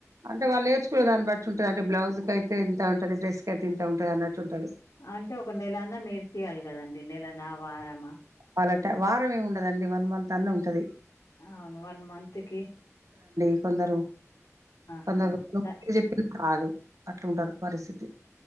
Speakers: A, on the right; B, on the left.
A: అంటే వాళ్ళ నేర్చుకునే దాన్ని బట్టి ఉంటది అండి బ్లౌజ్ కి అయితే ఇంత ఉంటది డ్రస్ కి అయితే ఇంత ఉంటది అన్నట్టు ఉంటది
B: అంటే ఒక నెల అన్న నేర్పియాలి కదండి నెల నా వారమా
A: వాళ్ళ వారం ఏమి ఉండదండి వన్ మంత్ అన్న ఉంటది
B: అవును. మంత్‌కి
A: <inaudible> కొందరు
B: ఆహా!
A: కకొందరు <unintelligible>
B: స
A: రాదు అట్లుంటారు పరిస్థితి